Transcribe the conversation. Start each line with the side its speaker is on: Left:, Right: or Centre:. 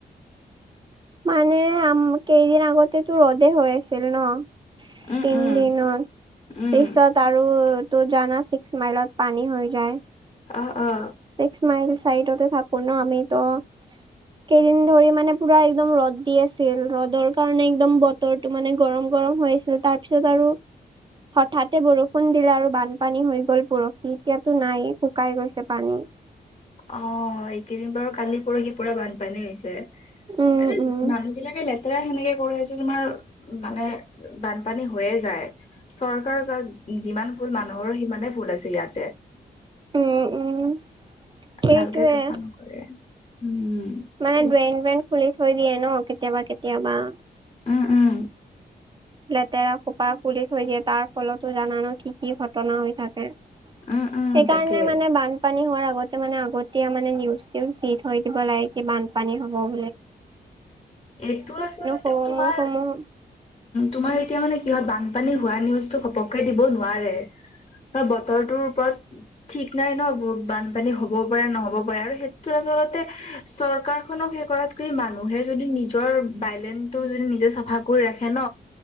Right: মানে কেইদিন আগতেতো ৰ'দে হৈ আছিল ন।
Left: উম,
Right: তিন
Left: উম,
Right: দিনত
Left: উম,
Right: পিছত আৰু- তো জানা ছিক্স মাইলত পানী হৈ যায়।
Left: অঁ অঁ
Right: ছিক্স মাইল চাইটতে থাকো ন, আমিতো- কেইদিন ধৰি মানে পুৰা একদম ৰ'দ দি আছিল, ৰ'দৰ কাৰণে একদম ব- বতৰটো মানে গৰম গৰম হৈ আছিল তাৰ পিছত আৰু- হঠাতে বৰষুণ দিলে আৰু বানপানী হৈ গল পৰহি এতিয়াতো নাই শুকাই গৈছে। পানী-
Left: অঁ, এইকেইদিন বাৰু কালি পৰহি পুৰা বানপানী হৈছে
Right: উম
Left: মানে
Right: উম
Left: মানুহ- এইবিলাকে লেতেৰা সেনেকে কৰে যে, তোমাৰ মানে বানপানী হৈয়ে যায়। চৰকাৰৰ গাত যিমান ভুল মানুহৰো সিমানে ভুল আছে ইয়াতে-
Right: উম উম। সেইটোয়ে
Left: ভালকে চাফা নকৰে উম।
Right: মানে
Left: তাকে
Right: ড্ৰেইন ব্ৰেইন খুলি থৈ দিয়ে ন, কেতিয়াবা কেতিয়াবা-
Left: উম উম
Right: লেতেৰা খোপা খুলি থৈ দিয়ে, তাৰ ফলতো জানান কি কি ঘটনা হৈ থাকে।
Left: উম
Right: সেইকাৰণে
Left: উম তাকে
Right: মানে বান- বানপানী হোৱাৰ আগতে মানে আগতে মানে নিউজ চিউজ দি থৈ দিব লাগে, কি বানপানী হ'ব বো-
Left: এইটো আচলতে
Right: সমূহ
Left: তোমাৰ-
Right: সমূহ
Left: তোমাৰ এতিয়া মানে কি হয় বানপানী হোৱা নিউজটো ঘপকে দিব নোৱাৰে। হয় বতৰটোৰ ওপৰত- ঠিক নাই ন বহুত বানপানী হ'বও পাৰে, নহ'ব পাৰে আৰু সেইটোত আচলতে- চৰকাৰখনক শে কৰাতকৈ মান- মানুহে যদি নিজৰ বাইলেনটো যদি নিজে চাফা কৰি ৰাখে ন।